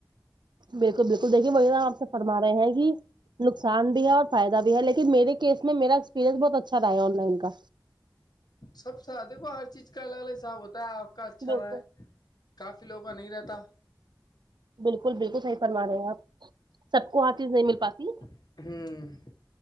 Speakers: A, on the right; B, on the left.
A: بالکل بالکل دیکھیے وہے ن آپ سے فرما رہے ہیں کہ نقصان بھی ہے اور فائدہ بھی ہے لیکن میرے کیس میں میرا ایکسپییرئنس بہت اچھا آن لائن کا
B: سب س د کو ہر چیز کا الگ الگ صب ہوتا ہے آپ کا اچھا
A: بالکل
B: رہا ہے کافی لوگوں کا نہیں رہتا
A: بالکل بالکل صحیح فرما رہے ہیں آپ سب کو ہر چیز نہیں مل پاتی
B: ہوں